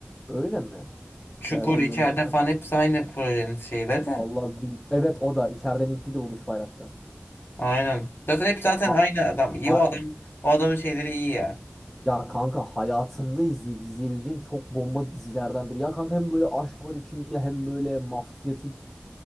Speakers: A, in the centre; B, on the left.
A: Öyle mi? İçeride
B: Çukur, içeride
A: yönetmen.
B: falan hepsi aynı projenin şeyleri de.
A: Vallahi bir... Evet o da. içerideninki de Uluç Bayraktar.
B: Aynen. Zaten hep zaten
A: Ka-
B: aynı adam. İyi
A: A-
B: o adam. O adamın şeyleri iyi ya.
A: ya kanka hayatında izleyip izleyebileceğin çok bomba dizilerden biri. Ya kanka hem böyle aşk var içinde hem böyle mafyatik.